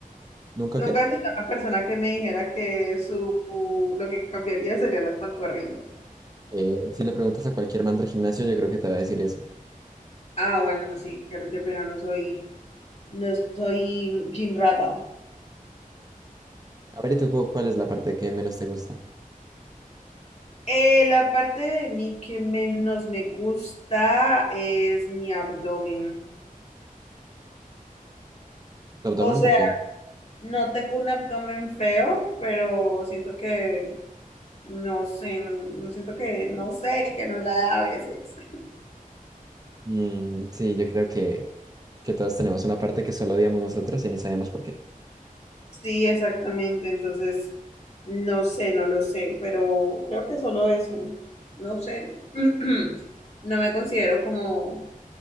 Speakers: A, on the right; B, on the left.
A: ¿Nunca
B: nunca
A: qué?
B: he escuchado una persona que me dijera que su lo que cambiaría serían las pantorrillas.
A: Eh, si le preguntas a cualquier man del gimnasio, yo creo que te va a decir eso.
B: Ah, bueno, sí, creo que pena no soy, no soy gym rata.
A: A ver, ¿y tú cu- cuál es la parte que menos te gusta?
B: Eh, la parte de mí que menos me gusta es mi abdomen.
A: ¿Tu abdomen?
B: O sea,
A: ¿Por qué?
B: no tengo un abdomen feo, pero siento que, no sé, no, no siento que, no sé, que no la da a veces.
A: Mm, sí, yo creo que, que todos tenemos una parte que solo odiamos nosotros y ni sabemos por qué.
B: Sí, exactamente. Entonces, no sé, no lo sé, pero creo que solo eso. No sé. <clears throat> No me considero como,